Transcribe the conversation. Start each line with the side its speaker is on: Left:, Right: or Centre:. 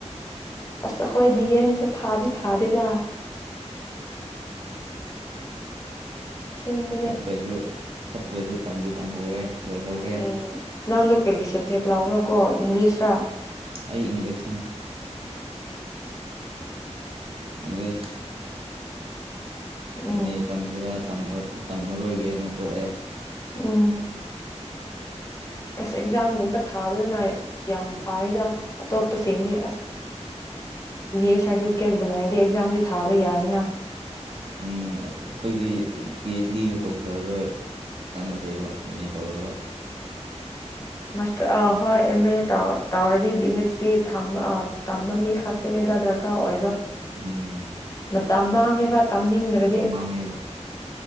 Left: ꯑꯈꯣꯏ ꯗꯤ ꯑꯦꯝ ꯁꯦ ꯐꯥꯗꯤ ꯐꯥꯗꯦꯗ ꯁꯤꯅꯤ
Right: ꯐꯠꯇ꯭ꯔꯁꯨ ꯐꯠꯇ꯭ꯔꯁꯨ ꯇꯝꯗꯤ ꯇꯝꯍꯧꯔꯦ ꯂꯣꯏꯍꯧꯔꯦ
Left: ꯎꯝ ꯅꯪꯗꯣ ꯀꯔꯤꯒꯤ ꯁꯕꯖꯦꯛ ꯂꯥꯎꯕ꯭ꯔꯥ ꯀꯣ ꯏꯪꯂꯤꯁꯔ
Right: ꯑꯩ ꯏꯪꯂꯤꯁꯅꯦ ꯏꯪꯂꯤꯁ
Left: ꯎꯝ
Right: ꯃꯦ ꯇꯝꯁꯤꯔ ꯇꯝꯃꯔꯣꯏꯒꯦꯅ ꯇꯣꯛꯑꯦ
Left: ꯎꯝ ꯑꯁ ꯑꯦꯛꯖꯥꯝꯒꯨꯝꯕ ꯊꯥꯕꯗꯅ ꯌꯥꯝ ꯐꯏꯗ ꯑꯇꯣꯞꯄꯁꯤꯡꯗꯤ ꯑꯁ
Right: <unintelligible>
Left: ꯕꯤ ꯑꯦꯠ ꯁꯔꯇꯤꯐꯤꯀꯦꯠ ꯨꯂꯗꯤ ꯑꯦꯛꯖꯝꯗꯤ ꯊꯥꯕꯥ ꯌꯥꯏꯅ
Right: ꯑꯩꯈꯣꯏꯗꯤ ꯄꯤ ꯑꯩꯆ ꯗꯤꯁꯨ ꯇꯧꯊꯔꯔꯣꯏ ꯀꯥꯟꯅꯗꯦꯕ ꯑꯦꯝ ꯑꯦ ꯇꯧꯔꯒ
Left: ꯃꯁꯇꯔ ꯑ ꯍꯣꯏ ꯑꯦꯝ ꯑꯦ ꯇ ꯇꯧꯔꯗꯤ ꯄꯤ ꯍꯩꯆ ꯗꯤ ꯇꯝꯕ ꯃꯤ ꯈꯛꯇꯅꯦ ꯗ ꯗꯔꯀꯥ ꯑꯣꯏꯕ
Right: ꯎꯝ
Left: ꯃꯇꯝ ꯃꯥꯡꯉꯦꯕ ꯇꯝꯅꯤꯡꯗ꯭ꯔꯦ
Right: ꯁꯣ ꯃꯥꯡꯉꯦꯕ